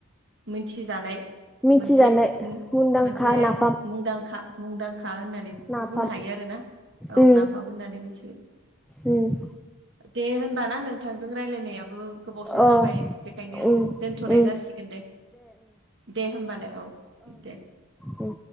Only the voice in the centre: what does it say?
मिथिजानाय
मुंदांखा नाफाम
नाफाम
उम
उम
अ
उम
उम
उम